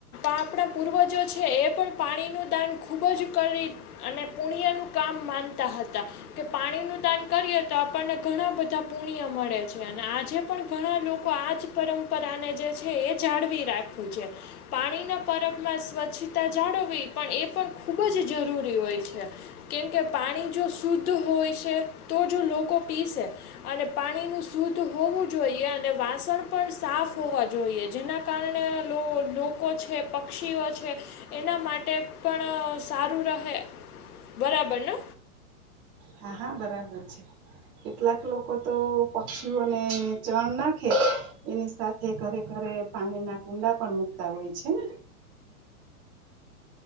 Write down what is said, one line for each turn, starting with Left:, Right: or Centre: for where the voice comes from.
Left: આપણા પૂર્વજો છે. એ પણ પાણીનું દાન ખૂબ જ કરી અને પુડ્યનુ કામ માનતા હતા, કે પાણી નું દાન કરીએ તો આપણને ઘણા બધા પુણ્ય મળે છે, અને આજે પણ ઘણા લોકો આજ પરંપરાને જે એ જાળવી રાખું છે, પાણીના પરતમાં સ્વચ્છતા જાળવવી પણ એ પણ ખૂબ જ જરૂરી હોય છે, કેમ કે પાણી જો શુદ્ધ હોય છે તો જો લોકો પીસે અને પાણીનું શુદ્ધ હોવુ, જોઈએ અને વાસણ પણ સાફ હોવા, જોઈએ જોઈએ જેના કારણે લોકો છે, પક્ષીઓ છે, એના માટે પણ સારુ રહે, બરાબર ને
Right: હા, હા બરાબર છે. કેટલાક લોકો, તો પક્ષીઓને ચણ નાખે એની સાથે ઘરે, ઘર પાણીના કુંડા પણ મુકતા હોય, છેને